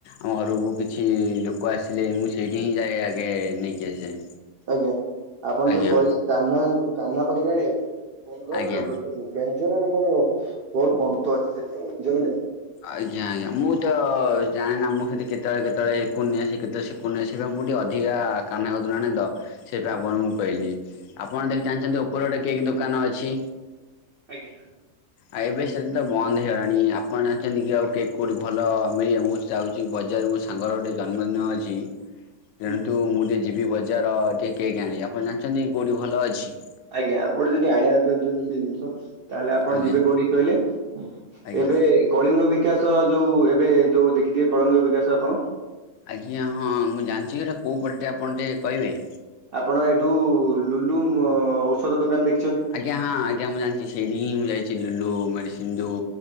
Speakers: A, on the left (about 70°); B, on the right (about 55°).
A: ଆମ ଘରକୁ କିଛି ଲୋକ ଆସିଲେ, ମୁଁ ସେଇଠି ହିଁ ଯାଏଁ ଆଗେ ନେଇକି ଆସେ।
B: ଆଜ୍ଞା। ଆପଣ
A: ଆଜ୍ଞା
B: ଯୋଉ କହିଲେ କାହ୍ନା, କାହ୍ନା ପାଖରୁ ଆଣିବାକୁ <unintelligible>
A: ଆଜ୍ଞା
B: ବ୍ୟଞ୍ଜନରେ ମୋର ବୋହୁତ୍ ବନ୍ତ ଅଛି ସେଥିପାଇଁ ଜଲ ଯା
A: ଆଜ୍ଞା ଆଜ୍ଞା। ମୁଁ ତ ଜାଣେନା, ମୁଁ ସେତେ କେତେବେଳେ କେତେବେଳେ ଏକୁନି ଆସେ, କେତେବେଳେ ସେକୁନିଆ ଆସିବି। ମୁଁ ଟିକେ ଅଧିକା କାହ୍ନା କତିରୁ ଆଣେ ତ, ସେଇଟା ଆପଣଙ୍କୁ କହିଲି। ଆପଣ ଦେଖି ଜାଣିଛନ୍ତି ଉପରେ ଗୋଟେ କେକ୍ ଦୋକାନ ଅଛି।
B: ଆଜ୍ଞା।
A: ଆ ଏବେ ସେଟା ତ ବନ୍ଦ ହେଇଗଲାଣି। ଆପଣ ଜାଣିଛନ୍ତି କି ଆଉ କେକ୍ କେଉଁଠି ଭଲ ମିଳିବ? ଯାଉଛି ବଜାର ମୋ ସାଙ୍ଗର ଗୋଟିଏ ଜନ୍ମଦିନ ଅଛି।
B: <inaudible>
A: ଯେହେତୁ ମୁଁ ଟିକେ ଯିବି ବଜାର, ଟିକେ କେକ୍ ଆଣି। ଆପଣ ଜାଣିଛନ୍ତି କେଉଁଠି ଭଲ ଅଛି?
B: ଆଜ୍ଞା। ଆପଣ ଯଦି ଆଣିବାକୁ ଚାହୁଁଛନ୍ତି ସେ ଜିନିଷ ତାହେଲେ ଆପଣ
A: ଆଜ୍ଞା
B: ଯିବେ କୋଉଠିକି କହିଲେ ଉଁ
A: ଆଜ୍ଞା
B: ଏବେ କଳିଙ୍ଗ ବିକାଶ ଯୋଉ ଏବେ ଯୋଉ ଦେଖିଥିବେ କଳିଙ୍ଗ ବିକାଶ ଆପଣ।
A: ଆଜ୍ଞା ହଁ ମୁଁ ଜାଣିଛିଟ କୋଉ ପାଟେ ଆପଣ ଟିକେ କହିବେ?
B: ଆପଣ ଏଇଠୁ ଲୁଲୁ ମ୍ ଔଷଧ ଦୋକାନ ଦେଖି
A: ଆଜ୍ଞା ହଁ ଆଜ୍ଞା ମୁଁ ଜାଣିଛି। ସେଇଠୀ ହିଁ ମୁଁ ଯାଇଛି ଲୁଲୁ ମେଡିସିନ୍ ଯୋଉ